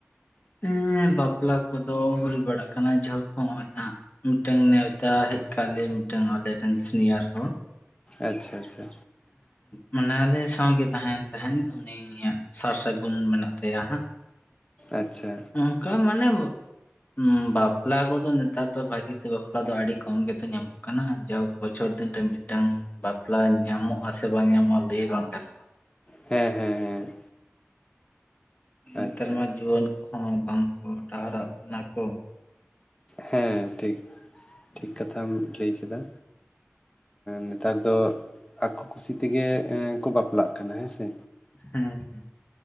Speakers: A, on the left; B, on the left.
A: ᱦᱮᱸ ᱵᱟᱯᱞᱟ ᱠᱚᱫᱚ ᱦᱩᱭ ᱵᱟᱲᱟᱜ ᱠᱟᱱᱟ ᱡᱟᱦᱳᱠ ᱦᱚᱸᱜ-ᱚᱭ ᱦᱟᱸᱜ᱾ ᱢᱤᱫᱴᱟᱝ ᱱᱮᱣᱛᱟ ᱦᱮᱡ ᱟᱠᱟᱜ ᱞᱮ ᱢᱤᱫᱴᱟᱝ ᱟᱞᱮ ᱨᱮᱱ ᱥᱤᱱᱤᱭᱟᱨ ᱦᱚᱲ᱾
B: ᱟᱪᱪᱷᱟ ᱟᱪᱪᱷᱟ᱾
A: ᱢᱟᱱᱮ ᱟᱞᱮ ᱥᱟᱶᱜᱮ ᱛᱟᱦᱮᱱ ᱛᱟᱦᱮᱸᱫ ᱩᱱᱤᱭᱟᱜᱼᱼ ᱥᱟᱨ ᱥᱟᱹᱜᱩᱱ ᱢᱮᱱᱟᱜ ᱛᱟᱭᱟ ᱦᱟᱸᱜ᱾
B: ᱟᱪᱪᱷᱟ᱾
A: ᱱᱚᱝᱠᱟ ᱢᱟᱱᱮᱼᱼ ᱦᱩᱸ ᱵᱟᱯᱞᱟ ᱠᱚᱫᱚ ᱱᱮᱛᱟᱨ ᱫᱚ ᱵᱷᱟᱜᱤ ᱛᱮ ᱵᱟᱯᱞᱟ ᱫᱚ ᱟᱹᱰᱤ ᱠᱚᱢ ᱜᱮᱛᱚ ᱧᱟᱢᱚᱜᱼᱼ ᱡᱟᱭᱦᱳᱠ ᱵᱚᱪᱷᱚᱨ ᱫᱤᱱ ᱨᱮ ᱢᱤᱫᱴᱟᱝ ᱵᱟᱯᱞᱟ ᱧᱟᱢᱚᱜᱼᱟ ᱥᱮ ᱵᱟᱝ ᱧᱟᱢᱚᱜ-ᱟ ᱞᱟᱹᱭ ᱵᱟᱝ ᱜᱟᱱᱚᱜᱼᱟ᱾
B: ᱦᱮᱸ ᱦᱮᱸ ᱦᱮᱸ᱾
A: ᱱᱮᱛᱟᱨ
B: ᱟᱪᱪᱷᱟ
A: ᱢᱟ ᱡᱩᱣᱟᱹᱱ ᱠᱚᱦᱚᱸ ᱵᱟᱝ ᱠᱚ ᱰᱟᱦᱟᱨᱚᱜ ᱠᱟᱱᱟ ᱠᱚ᱾
B: ᱦᱮᱸ ᱴᱷᱤᱠ ᱴᱷᱤᱠ ᱠᱟᱛᱷᱟᱢ ᱞᱟᱹᱭ ᱠᱮᱫᱟ᱾ ᱱᱮᱛᱟᱨ ᱫᱚᱼᱼ ᱟᱠᱚ ᱠᱩᱥᱤ ᱛᱮᱜᱮ ᱠᱚ ᱵᱟᱯᱞᱟᱜ ᱠᱟᱱᱟ ᱦᱮᱸ ᱥᱮ,
A: ᱦᱩᱸ